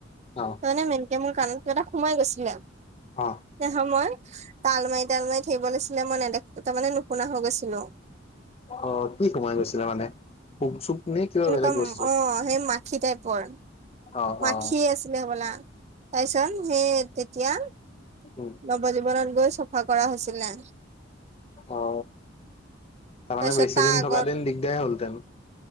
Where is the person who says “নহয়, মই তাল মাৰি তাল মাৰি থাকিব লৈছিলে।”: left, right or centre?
Right